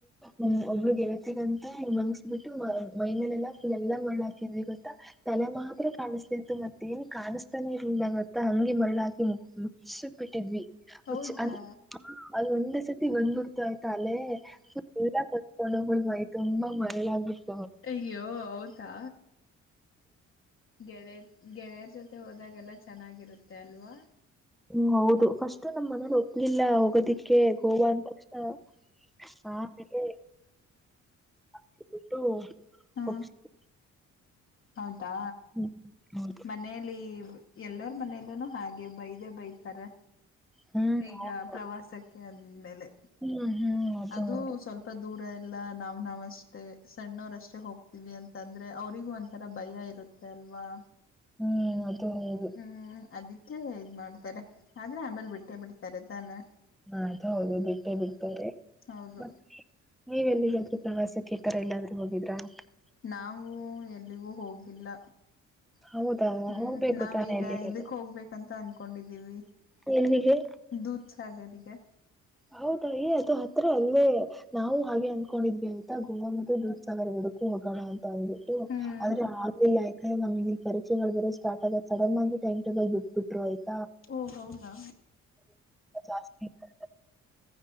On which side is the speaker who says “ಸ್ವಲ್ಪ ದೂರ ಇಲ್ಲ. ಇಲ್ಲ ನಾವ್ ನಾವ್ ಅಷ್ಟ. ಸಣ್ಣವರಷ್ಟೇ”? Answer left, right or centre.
Left